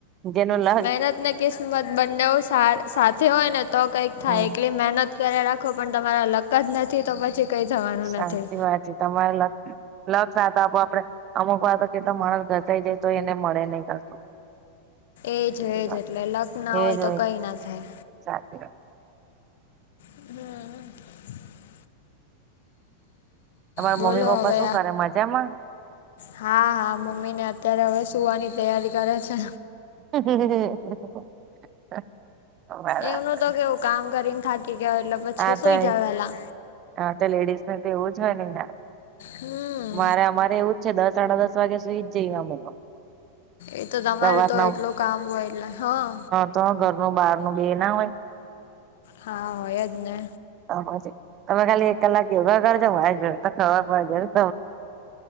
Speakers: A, on the right (about 30°); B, on the left (about 55°).
A: જેનો લા
B: મહેનત ને કિસ્મત બંનેવ સા સાથે હોયને, તો કંઈક થાય.
A: હમ
B: એકલી મહેનત કર્યે રાખો પણ તમારા લક જ નથી તો પછી કઈ થવાનું
A: સાાચી
B: નથી
A: વાત છે. તમારે લક લક સાથ આપવું આપણે, અમુક વાર તો કેટલો માણસ ઘસાઈ જાય, તો એને મળે નહીં કશું.
B: એજ-એજ.
A: એ વાત
B: એટલે લક ના
A: એ
B: હોય
A: જ
B: તો કંઈ ના થાય.
A: સાચી વાત.
B: હમ્મ.
A: તમારા
B: બોલો
A: મમ્મી પપ્પા
B: હવે
A: શું કરે? મજામાં?
B: હા, હા. મમ્મીને અત્યારે હવે સુવાની તૈયારી કરે છે.
A: <inaudible> બરાબર
B: એમનું તો કેવું, કામ કરીન થાકી ગયા હોય, એટલે પછી
A: હા
B: સુઈ
A: તો એ,
B: જાય વેલા
A: હા તો લેડીઝનું તો એવું જ હોયને યાર.
B: હમ
A: મારે અમારે એવું જ છે. દસ, સાડા દસ વાગે સુઈ જ જઈએ <unintelligible>
B: એ તો તમારે
A: સવારના
B: તો એટલું કામ હોય એટલે. હા.
A: તો ઘરનું, બહારનું બે ના હોય.
B: હા, હોય જ ને.
A: તો પછી. તમે ખાલી એક કલાક યોગા કરજો. <unintelligible>